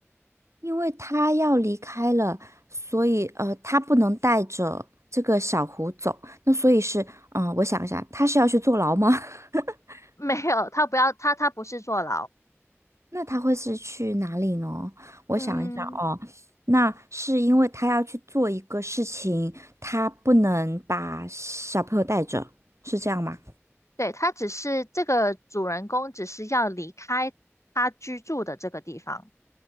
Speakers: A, on the right (about 70°); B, on the left (about 80°).
A: 因为他要离开了，所以呃，他不能带着这个小胡走。那所以是，嗯、我想一下，他是要去坐牢吗？<laughs>
B: 没有，他不要他他不是坐牢，
A: 那他会是去哪里呢？我想一下哦，
B: 嗯，
A: 那是因为他要去做一个事情，他不能把小朋友带着，是这样吗？
B: 对，他只是这个主人公只是要离开他居住的这个地方。